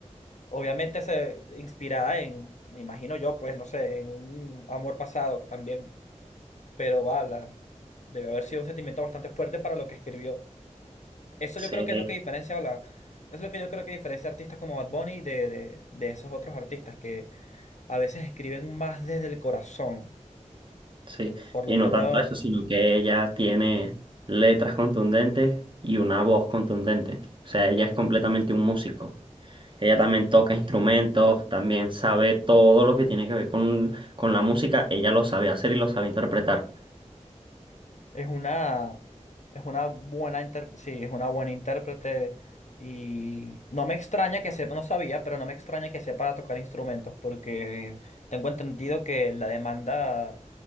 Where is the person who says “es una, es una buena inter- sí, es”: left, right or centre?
Left